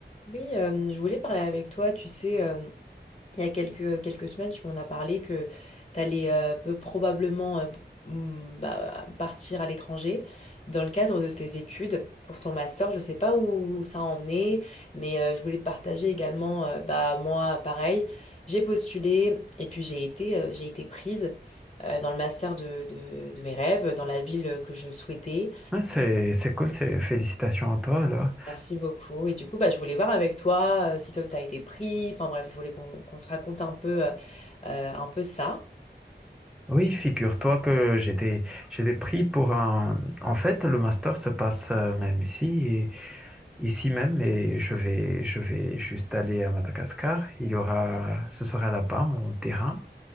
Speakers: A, on the left (about 40°); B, in the centre.
A: Oui, euh, je voulais parler avec toi. Tu sais, euh, il y a quelques, quelques semaines, tu m'en as parlé que tu allais probablement euh, mm, bah, partir à l'étranger dans le cadre de tes études pour ton master. Je ne sais pas où ça en est, mais euh, je voulais te partager également, euh, bah, moi, pareil, j'ai postulé et puis j'ai été, euh, j'ai été prise euh, dans le master de, de de mes rêves, dans la ville que je souhaitais.
B: Ah, C'est, c'est cool, c'est, félicitations à toi, là.
A: Merci beaucoup. Et du coup, bah, je voulais voir avec toi euh, si toi, tu as été pris. Enfin bref, je voulais qu'on qu'on se raconte un peu, euh, euh, un peu ça.
B: Oui, figure-toi que j'ai des, j'ai des prix pour un, en fait, le master se passe euh, même ici et, ici même et je vais, je vais juste aller à Madagascar. Il y aura, ce sera là-bas, mon terrain.